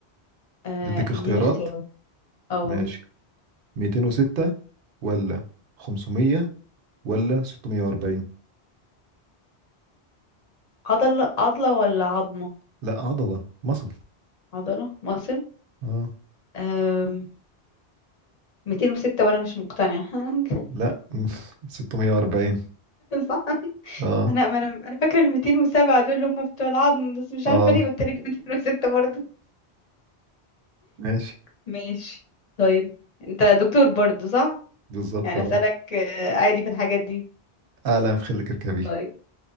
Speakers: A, on the left; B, on the right.
A: آه،
B: اديك اختيارات
A: اديني اختيارات اه
B: ماشي 206 ولا 500 ولا 640
A: عضلة عضلة ولا عظمة
B: لا عضلة مصل
A: عضلة مصر
B: اه
A: آم، 206 وانا مش مقتنعة <laughs>
B: لا <laughs> 640
A: صح
B: اه
A: انا انا انا فاكرة ال 207 دول اللي هم بتوع العظم بس مش
B: اه
A: عارفة ليه قلت لك 206 برضه
B: ماشي
A: ماشي طيب انت دكتور برضو صح
B: بالظبط
A: يعني
B: اه
A: اسالك آه، عادي في الحاجات دي
B: اعلى ما في خلك اركبي
A: طيب